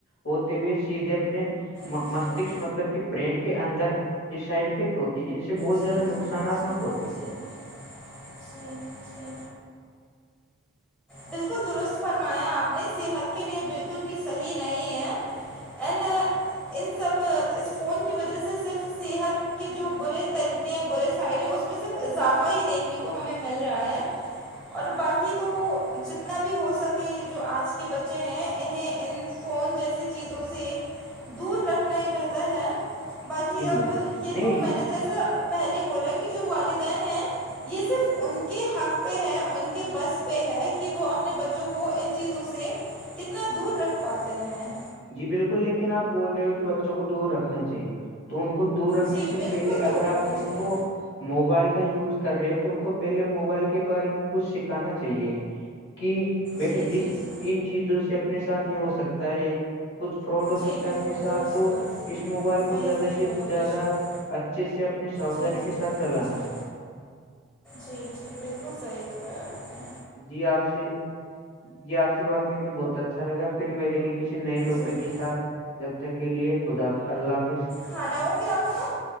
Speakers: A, on the left; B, in the centre.
A: ہوتے ہوئے سیدھے اپنے
B: جی
A: مستشک مطلب کہ برینڈ کے اندر یہ سائڈ افیکٹ ہوتی ہے ان سے بہت
B: جی
A: زیادہ نقصاناتمک
B: جی جی
A: ہوتے ہیں
B: جی جی جی بالکل درست فرما آپ نے صحت کے لیے بالکل بھی صحیح نہیں ہے اینڈ ان سب اس فون کی وجہ سے صرف صحت کہ جو برے طریقے ہیں برے سائڈ ہیں اس میں صرف اضافہ ہی دیکھنے کو ہمیں مل رہا ہے اور باقی تو جتنا بھی ہو سک کہ یہ جو آج کے بچے ہیں انہیں ان فون جیسی چیزوں سے دور رکھنا ہی بہتر ہے باقی
A: جی بالکل
B: اب یہ
A: نہیں
B: تو میں نے جیسا پہلے بولا کہ جو والدین ہیں یہ صرف ان کے حق پہ ہے ان کے بس پہ ہے کہ وہ اپنے بچوں جو وہ ان چیزوں سے کتنا دور رکھ پاتے ہیں
A: جی بالکل لیکن آپ بول رہے ہو کہ بچوں کو دور رکھنا چاہیے تو ان کو دور رکھنے
B: جی
A: سے
B: بالکل
A: پہلے
B: دور
A: اگر
B: رکھنا
A: آپ ان
B: چاہیے
A: کو موبائل کا یوز کر رہے ہو تو ان کو پہلے موبائل کے بارے میں کچھ سکھانا چاہیے کہ بیٹے
B: جی جی
A: اس
B: جی
A: ان چیزوں سے اپنے ساتھ ہی ہو سکتا ہے کچھ فراڈ ہو
B: جی
A: سکتا
B: بالکل
A: ہے اپنے ساتھ
B: درست
A: تو
B: درست
A: اس موبائل
B: صحیح
A: کو زیادہ
B: صحیح
A: سے
B: بولا
A: زیادہ
B: بے شک
A: اچھے سے اپ نے ساودانی
B: جی جی
A: کے ساتھ چلانا
B: جی جی جی بالکل صحیح بتایا آپ نے
A: جی آپ سے جی آپ سے بات کر کے بہت اچھا لگا پھر ملیں گے کسی نئے ٹاپک
B: جی
A: کے ساتھ جب تک کے لیے خدا اللہ حافظ
B: کھانا ہوگیا آپ کا